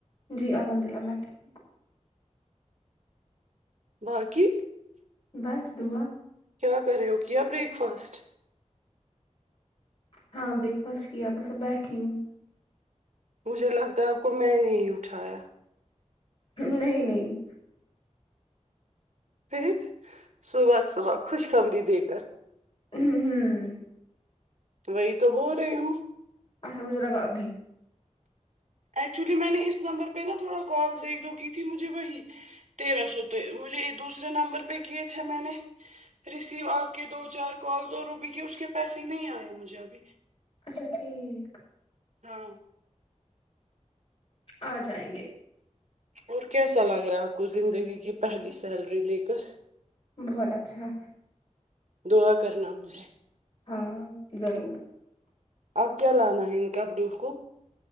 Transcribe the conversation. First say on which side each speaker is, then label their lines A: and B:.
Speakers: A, on the left; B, on the right.
A: جی الحمد للہ میں ٹھیک
B: باقی
A: بس دعا
B: کیا کر رہے ہو کیا بریک فاسٹ
A: ہاں بریک فاسٹ کیا بس اب بیٹھی ہوں
B: مجھے لگتا ہے آپ کو میں نے ہی اٹھایا
A: نہیں نہیں
B: پھر صبح صبح خوشخبری دے کر
A: ہ ہوں
B: وہی تو بول رہی ہوں
A: اچھا مجھے لگا ابھی
B: ایکچولی میں نے اس نمبر پہ نا تھوڑا کالز ایک دو کی تھی مجھے وہی تیرہ سو تو مجھے دوسرے نمبر پہ کیے تھے میں نے ریسیو آپ کے دو چار کال اور روبی کے اس کے پیسے نہیں آئے مجھے ابھی
A: اچھا ٹھیک
B: ہاں
A: آ جائیں گے
B: اور کیسا لگ رہا ہے آپ کو زندگی کی پہلی سیلری لے کر
A: بہت اچھا
B: دعا کرنا مجھے
A: ہاں ضرور
B: آپ کیا لانا ہے ان کپڑوں کو